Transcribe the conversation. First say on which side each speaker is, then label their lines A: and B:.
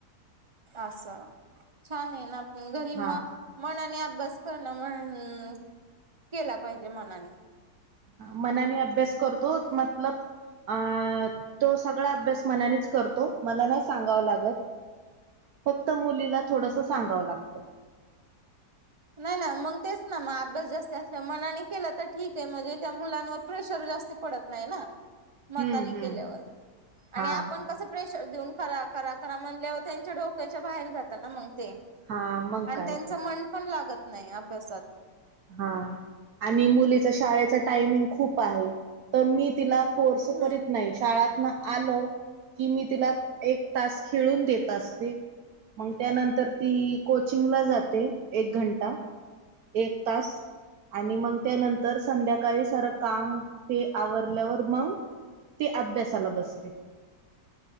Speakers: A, on the right; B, on the right.
A: असं छान हाय ना घरी
B: हा.
A: मग मनाने अभ्यास करणं म्हण केला पायजे मनाने
B: अ मनाने अभ्यास करतो मतलब अ तो सग सगळा अभ्यास मनानेच करतो, मला नाय सांगावं लागत. फक्त मुलीला थोडंस सांगावं लागतं.
A: नाय ना मग तेच ना मग अभ्यास जास्ती असला मनाने केला तर ठीकय म्हणजे त्या मुलांवर प्रेशर जास्ती पडत नाय ना. मतानी
B: हम्म हम्म
A: केल्यावर
B: हा
A: आणि आपण कसं प्रेशर देऊन करा करा करा म्हणल्यावर त्यांच्या डोक्याच्या बाहेर जातं ना मग ते
B: हा मग
A: आणि
B: काय
A: त्यांच
B: ते.
A: मन पण लागत नाय अभ्यासात
B: हा आणि मुलीचा शाळेचा टायमिंग खूप आहे, तर मी तिला फोर्स
A: हम्म
B: करीत नाही, शाळात नं आलं की, मी तिला एक तास खेळून देत असते. मग त्यानंतर ती, कोचिंगला जाते एक घंटा, एक तास आणि मग त्यानंतर संध्याकाळी सारं काम ते आवरल्यावर म ती अभ्यासाला बसते.